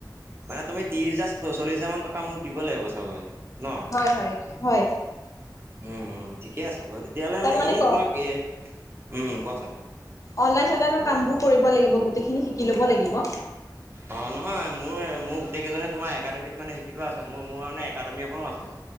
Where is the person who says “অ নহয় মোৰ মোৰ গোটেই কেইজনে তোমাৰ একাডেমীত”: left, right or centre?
Right